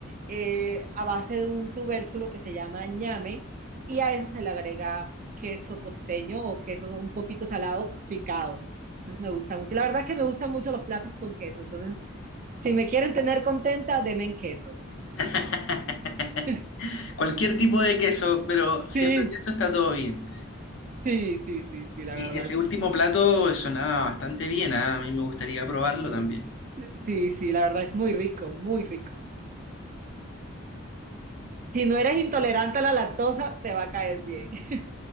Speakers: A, on the right (about 40°); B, on the left (about 65°).
A: eh, a base de un tubérculo que se llama ñame y a eso se le agrega queso costeño o queso un poquito salado picado. Entonces me gusta mucho. La verdad es que me gustan mucho los platos con queso. Entonces, si me quieren tener contenta, denme en queso.
B: <laughs>
A: <laughs>
B: Cualquier tipo de queso, pero siendo
A: Sí,
B: queso está todo bien.
A: sí, sí, sí, sí,
B: Sí,
A: la verdad.
B: ese último plato sonaba bastante bien, ah, A mí me gustaría probarlo
A: Sí,
B: también.
A: sí, sí, la verdad es muy rico, muy rico. Si no eres intolerante a la lactosa, te va a caer bien. <laughs>